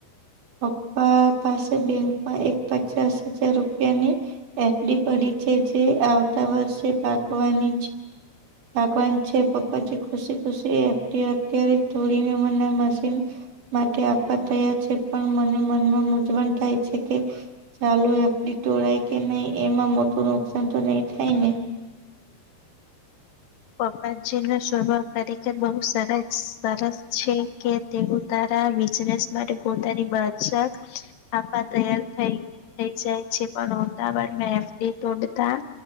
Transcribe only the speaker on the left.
પપ્પાજી નો સ્વભાવ ખરીખર બહુ સરસ સરસ છે કે તેઓ તારા બિઝનેસ માટે પોતાની બચત આપવા તૈયાર થઈ થઈ જાય છે પણ ઉતાાવર મા એફડી તોડતા